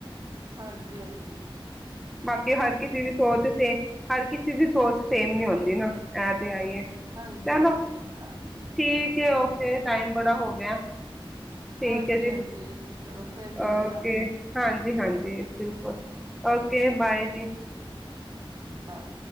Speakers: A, on the right; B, in the centre.
A: ਹਾਂਜੀ-ਹਾਂਜੀ,
B: ਬਾਕੀ ਹਰ ਕਿਸੇ ਦੀ ਸੋਚ ਸ ਹਰ ਕਿਸੇ ਦੀ ਸੋਚ ਸੇਮ ਨੀ ਹੁੰਦੀ ਨਾ ਐ। ਆਈਏ
A: ਹਾਂਜੀ
B: ਚਲੋ
A: ਹਾਂਜੀ ਹਾਂਜੀ
B: ਠੀਕ ਹੈ ਓਕੇ, ਤੇ ਟਾਈਮ ਬੜਾ ਹੋ ਗਿਆ। ਠੀਕ
A: ਹਾਂਜੀ-ਹਾਂਜੀ।
B: ਹੈ ਜੀ
A: ਚਲੋ ਫੇਰ ਮਿਲਣੇ
B: ਓਕੇ
A: ਆ।
B: ਹਾਂਜੀ ਹਾਂਜੀ, ਬਿਲਕੁਲ ਓਕੇ, ਬਾਏ ਜੀ।
A: ਬਾਏ।